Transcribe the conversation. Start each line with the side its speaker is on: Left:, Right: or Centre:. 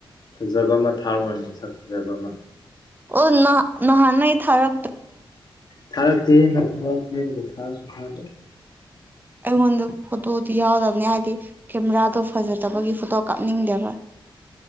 Left: ꯐꯖꯕ ꯑꯃ ꯊꯥꯔꯣꯟꯅꯤ ꯁꯛ ꯐꯖꯕ ꯑꯃ
Right: ꯑꯣ ꯅꯍ ꯅꯍꯥꯟ ꯅꯩ ꯊꯔ
Left: ꯊꯥꯔꯛꯇꯦ ꯅꯪ ꯊ ꯊꯥꯔꯁꯨ ꯊꯥꯗꯦ
Right: ꯑꯩꯉꯣꯟꯗ ꯐꯣꯇꯣꯗꯤ ꯌꯥꯎꯗꯕꯅꯦ ꯍꯥꯏꯕꯗꯤ ꯀꯦꯃꯦꯔꯥꯗꯣ ꯐꯖꯗꯕꯒꯤ ꯐꯣꯇꯣ ꯀꯥꯞꯅꯤꯡꯗꯦꯕ